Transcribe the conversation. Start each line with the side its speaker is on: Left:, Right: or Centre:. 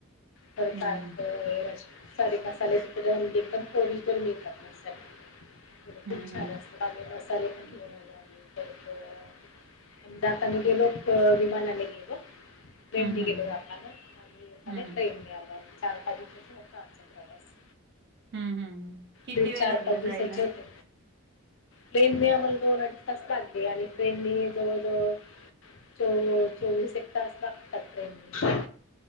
Left: करताय
Right: हम्म, हम्म.
Left: <unintelligible> सारे मसाले तिकडं <unintelligible> ओरिजिनल मिळतात. मसाले
Right: हम्म,
Left: खूप छान
Right: हम्म.
Left: असतात. आम्ही मसाले पण घेऊन आलो, आम्ही परत जाताने गेलो होतो, विमानाने गेलो. ट्रेनने
Right: हं, हं,
Left: गेलो,
Right: हं.
Left: जातना आणि येताना
Right: हं, हं.
Left: ट्रेनने आलो. चार, पाच दिवसाचा होता, आमचा प्रवास
Right: हं, हं, हं. किती
Left: ते चार,
Right: वेळ लागला
Left: पाच दिवसाचे
Right: जायला?
Left: होते. प्लेनने आम्हाला दोन अडीच तास लागले, आणि ट्रेनने जवळ जवळ चो चोवीस एक तास लागतात ट्रेनला